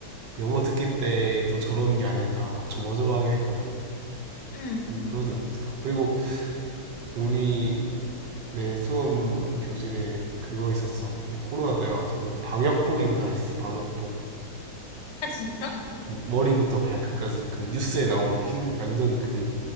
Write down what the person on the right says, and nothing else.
영어 듣기 때도 저런 게 아닐까 막 조마조마하긴 했거든
음, 그러진 않더라 그리고 우리 내 수험 교실에 그거 있었어. 근데 코로나 때라가지고 방역복 입은 사람 있었어. 방역복.
음, 머리부터 발끝까지 그 뉴스에 나온 흰, 완전 그